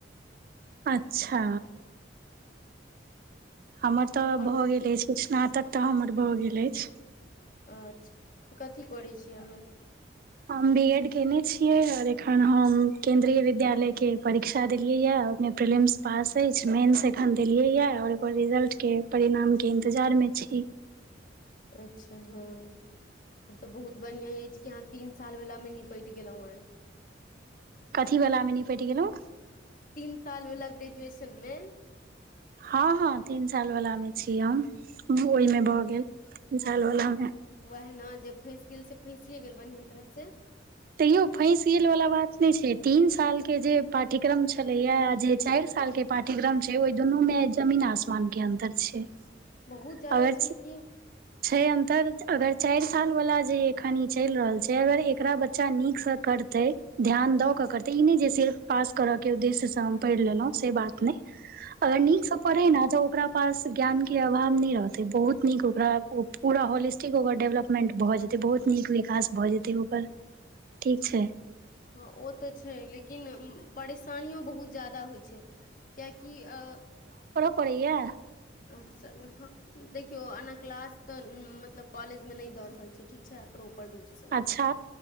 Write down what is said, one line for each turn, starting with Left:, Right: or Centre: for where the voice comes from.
Right: अच्छा हमर तऽ
Left: आओर
Right: भऽ गेल अछि स्नातक तऽ हमर भऽ गेल अछि
Left: अच्छा कथी करै छियै अहाँ
Right: हम बी एड केयने छियै आओर एखन हम केन्द्रीय विद्यालय के परीक्षा देलियै यहि प्रिलिम्स पास अछि मेन्स एखन देलियै यऽ आओर ओकर रिजल्टके परिणामके इन्तजारमे छी
Left: अच्छा हँ तऽ बहुत बढ़िआं अछि तीन साल वला में निपट गेलों हें
Right: कथीवलामे निपटि गेलौँ
Left: तीन साल वला ग्रेजुएशन मे
Right: हँ हँ तीन साल वला मे छी हम ओहिमे भऽ गेल तीन साल वला मे
Left: ओएहना जे फँसि गेल से फँसिए गेल बढ़िआँ तरहसँ
Right: तैयो फैसियल वालला बात नहि छै तीन साल के जे पाठ्यक्रम छले या आ जे चारि साल के पाठ्यक्रम छै ओहि दुनू में जमीन आसमानके अन्तर छै
Left: बहुत जायदा
Right: अगर
Left: छै की
Right: छै अन्तर अगर चारि साल वला जे एखन ई चलि रहल छै अगर एकरा बच्चा नीकसँ करतै ध्यान द के करते ई नहि जे से पास करऽ के उद्देश्य से हम पढ़ि लेलहुँ से बात नहि
Left: <inaudible>
Right: अगर नीक से पढ़े न तो ओकरा पास ज्ञान के अभाव न बहुत नीक ओकरा पूरा होलिस्टिक ओकर डेवलपमेंट भए जेतै बहुत नीक विकास भए जेतै ठीक छै
Left: हँ ओ तऽ छै लेकिन परेशानीयो बहुत जादा होइ छै कियै की अ
Right: पड़ैयए
Left: अचछ नहाँ देखियौ एना क्लास तऽ मतलब कॉलेज मे नहि दऽ रहल छै ठीक छै प्रोपर रूप सँ
Right: अच्छा